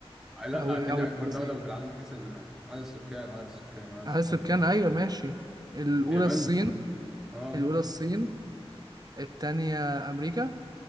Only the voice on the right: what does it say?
او او
البرازيل
عدد
سكان
ايوه ماشي الاولى
الصين
الاولى الصين التانية أمريكا